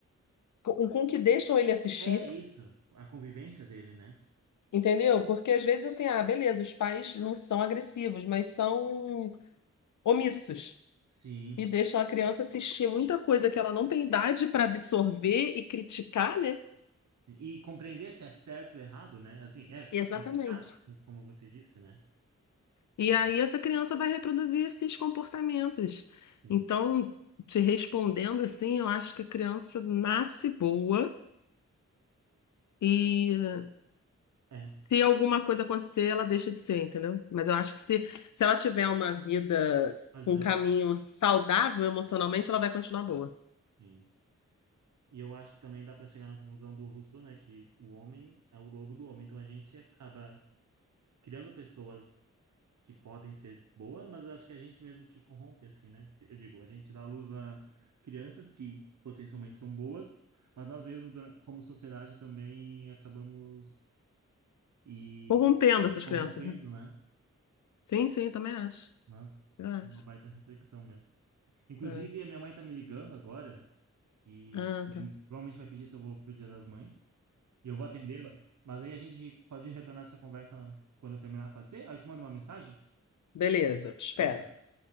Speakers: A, on the left (about 80°); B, on the right (about 70°).
A: com, com que deixam ele assistir.
B: É isso, a convivência dele, né?
A: Entendeu? Porque às vezes assim, ah, beleza, os pais não são agressivos, mas são omissos.
B: Sim,
A: E deixam a criança assistir muita coisa que ela não tem idade para absorver e criticar, né?
B: sim. E compreender se é certo ou errado, né? Assim, é,
A: Exatamente.
B: criticar, como você disse, né? Sim,
A: E aí essa criança vai reproduzir esses comportamentos.
B: sim.
A: Então, te respondendo assim, eu acho que a criança nasce boa e
B: É,
A: se alguma coisa acontecer, ela deixa de ser, entendeu? Mas eu acho que se, se ela tiver uma vida
B: mas
A: com um
B: eu
A: caminho
B: acho que
A: saudável emocionalmente, ela vai continuar boa.
B: sim. E eu acho que também dá para chegar na conclusão do Rousseau, né? Que o homem é o lobo do homem, então a gente acaba criando pessoas que podem ser boas, mas eu acho que é a gente mesmo que corrompe, assim, né? Que- Eu digo, a gente dá à luz a crianças que potencialmente são boas, mas nós mesmos, dura- como sociedade, também acabamos e
A: Corrompendo essas
B: corrompendo,
A: crianças, né?
B: né?
A: Sim, sim, também acho.
B: Mas
A: Eu acho.
B: uma baita reflexão mesmo. Inclusive,
A: Ah,
B: a minha mãe tá me ligando agora, que
A: ah, tá.
B: provavelmente vai pedir se eu vou pro Dia das Mães, e eu vou atendê-la. Mas aí a gente pode retornar essa conversa quando eu terminar, pode ser? Aí eu te mando uma mensagem,
A: Beleza, te espero.
B: beleza?